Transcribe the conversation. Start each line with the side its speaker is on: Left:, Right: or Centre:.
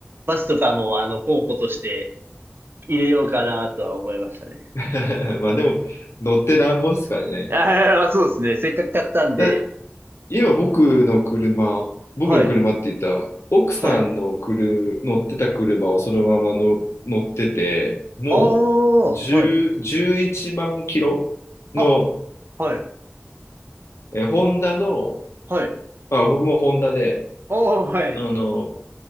Right: バスとかもあの候補として入れようかなとは思いましたね。
Left: <laughs> まあでも、乗ってなんぼですからね。
Right: ああ、そうですね。せっかく買ったんで。
Left: だ、家は僕の車、僕の車って言ったら、
Right: はい、
Left: 奥さんの車、
Right: はい。
Left: 乗ってた車をそのままの乗ってて、もう10、
Right: ああ、はい。
Left: 1万キロの、
Right: あ、はい、
Left: えー、ホンダの、
Right: はい。
Left: あ、僕もホンダで、
Right: おー、はい。
Left: あの、